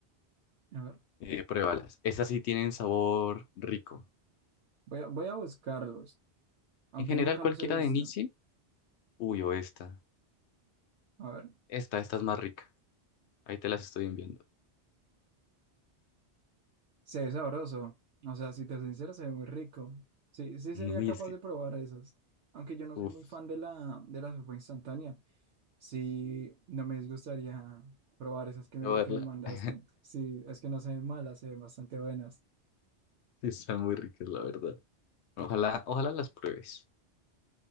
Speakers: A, on the right; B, on the left.
A: a ver,
B: eh, pruébalas. Esas sí tienen sabor rico.
A: voy a, voy a buscarlos, aunque
B: En general,
A: nunca
B: cualquiera
A: los he visto,
B: de Nissin, uy, o esta.
A: a ver,
B: Esta, esta es más rica. Ahí te las estoy enviando.
A: se ve sabroso, o sea, si te soy sincero, se ve muy rico, sí, sí
B: No,
A: sería
B: y
A: capaz
B: es que
A: de probar esas, aunque yo no
B: Uf,
A: soy muy fan de la, de la sopa instantánea, Sí, no me disgustaría probar esas que me,
B: probarla.
A: que me mandaste.
B: <laughs>
A: Sí, es que no se ven malas, se ven bastante buenas.
B: Están muy ricas, la verdad. Ojalá, ojalá las pruebes.